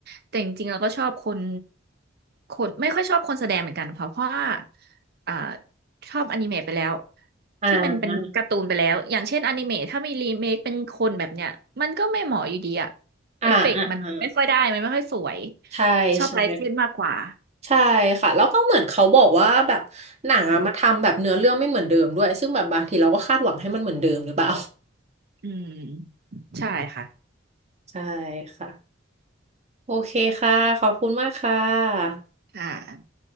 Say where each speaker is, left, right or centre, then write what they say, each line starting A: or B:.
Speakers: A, on the right (about 55°); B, on the right (about 35°).
A: แต่จริงๆเราก็ชอบคนคนไม่ค่อยชอบคนแสดงเหมือนกันเพราะเพราะว่าอ่าชอบอนิเมะไปแล้ว
B: อ่า
A: ที่มันเป็นการ์ตูนไปแล้วอย่างเช่นอนิเมะถ้ามีรีเมคเป็นคนแบบเนี้ยมันก็ไม่เหมาะอยู่ดีอะ
B: อ่าอ่าอ่า
A: เอฟเฟกต์มันไม่ค่อยได้มันไม่ค่อยสวย
B: ใช่ใช่
A: ชอบไลท์เส้นมากกว่า
B: ใช่ค่ะแล้วก็เหมือนเขาบอกว่าแบบหนังอะมาทำแบบเนื้อเรื่องไม่เหมือนเดิมด้วยซึ่งแบบบางทีเราก็คาดหวังให้มันเหมือนเดิมหรือเปล่า
A: อืมใช่ค่ะ
B: <laughs> ใช่ค่ะโอเคค่ะขอบคุณมากค่ะ
A: ค่ะ